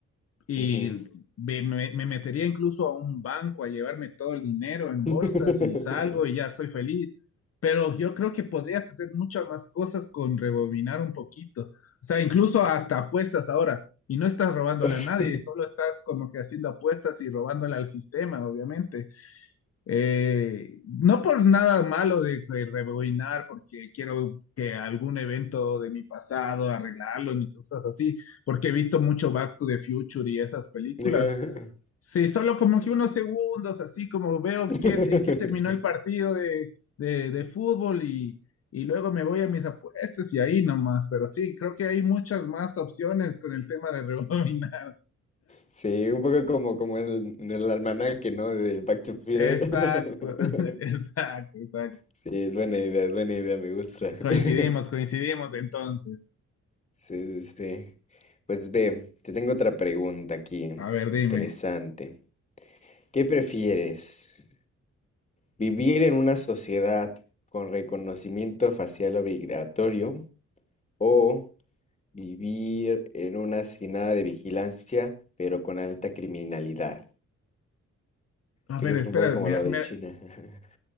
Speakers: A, on the left; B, on the left.
A: Y
B: Ujú.
A: me, me- me metería incluso a un banco a llevarme todo el dinero en
B: <laughs>
A: bolsas y salgo y ya soy feliz. Pero yo creo que podrías hacer muchas más cosas con rebobinar un poquito. O sea, incluso hasta apuestas ahora. Y no estás robándole
B: O sea,
A: a nadie, solo estás como que haciendo apuestas y robándole al sistema, obviamente. Eh, no por nada malo de, de rebobinar, porque quiero que algún evento de mi pasado arreglarlo ni cosas así, porque he visto mucho Back to the Future y esas películas.
B: ajá.
A: Sí, solo como que unos segundos, así como veo
B: <laughs>
A: qué, en qué terminó el partido de, de, de fútbol y, y luego me voy a mis apuestas y ahí nomás, pero sí, creo que hay muchas más opciones con el tema de rebobinar.
B: Sí, un poco como, como el, en el almanaque, ¿no? De Back
A: <laughs>
B: to Future.
A: Exacto,
B: <laughs>
A: <laughs> exacto, exacto.
B: Sí, es buena idea, es buena idea, me gusta.
A: Coincidimos,
B: <laughs>
A: coincidimos entonces.
B: Sí, sí, sí. Pues ve, te tengo otra pregunta aquí,
A: A ver,
B: interesante.
A: dime.
B: ¿Qué prefieres? ¿Vivir en una sociedad con reconocimiento facial obligatorio o vivir en una sin nada de vigilancia, pero con alta criminalidad?
A: A
B: Creo
A: ver,
B: que es
A: espera,
B: un poco como
A: me,
B: lo
A: me-
B: de China. <laughs>